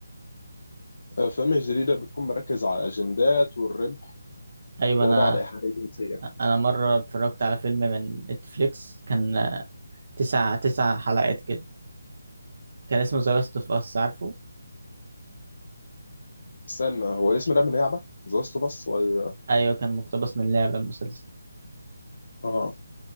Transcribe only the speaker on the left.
الأفلام الجديدة بتكون مركزة على الأجندات والربح
وبعض
إيحاءات الجنسية
استنى هو اسم ده من لعبة ذا لاست اوف اس ولا
اه